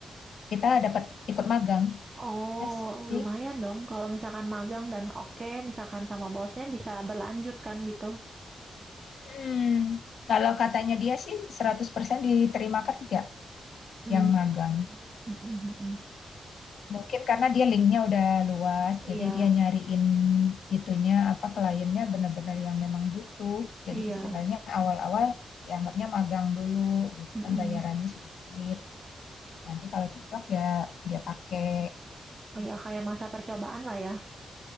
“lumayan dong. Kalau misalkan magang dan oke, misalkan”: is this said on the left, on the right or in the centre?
Right